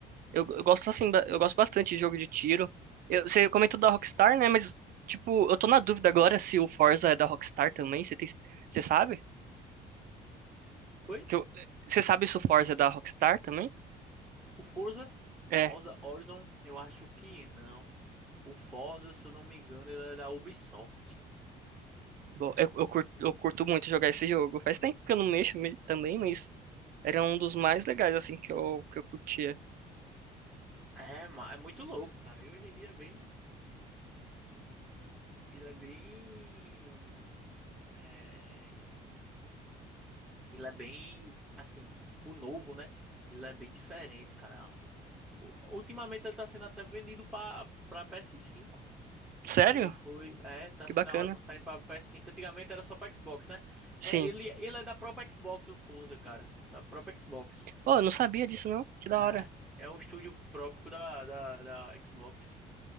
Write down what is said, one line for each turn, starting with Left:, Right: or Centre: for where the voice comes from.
Right: eu, eu gosto assim, ba- eu gosto bastante de jogo de tiro. Eu- você comentou da Rockstar, né? Mas, tipo, eu tô na dúvida agora se o Forza é da Rockstar também. Você tem, você sabe?
Centre: Oi,
Right: Que eu- você sabe se o Forza é da Rockstar também?
Centre: O Forza,
Right: É,
Centre: Forza Horizon, eu acho que não. O Forza, se eu não me engano, ele é da Ubisoft.
Right: bom, eu, eu curto, eu curto muito jogar esse jogo. Faz tempo que eu não mexo me- também, mas era um dos mais legais, assim, que eu, que eu curtia.
Centre: É, ma- é muito louco, cara. E hoje em dia é bem. Ele é bem. É... Ele é bem. Assim, o novo, né? Ele é bem diferente, cara. U- Ultimamente ele tá sendo até vendido pra, pra PS5.
Right: Sério?
Centre: Ele foi. É, tá
Right: Que
Centre: sendo
Right: bacana.
Centre: a hora pra sair pra PS5. Antigamente era só pra Xbox, né?
Right: Sim.
Centre: É, ele, ele é da própria Xbox, o Forza, cara. Da própria Xbox.
Right: Pô, eu não sabia disso, não. Que da
Centre: É,
Right: hora.
Centre: é um estúdio próprio da, da, da Xbox.